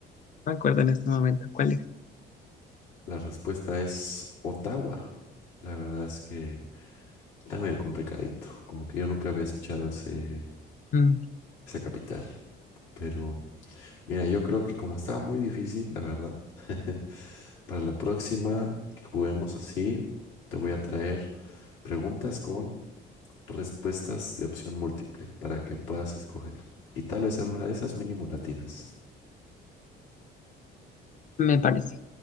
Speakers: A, on the left; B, on the left.
A: me acuerdo en este momento cuál es.
B: La respuesta es Ottawa. La verdad es que Está medio complicadito, como que yo nunca había escuchado ese,
A: Mm,
B: esa capital. Pero mira, yo creo que como estaba muy difícil, la verdad, <laughs> para la próxima que juguemos así, te voy a traer preguntas con respuestas de opción múltiple para que puedas escoger. Y tal vez en una de esas mínimo latinas.
A: me parece.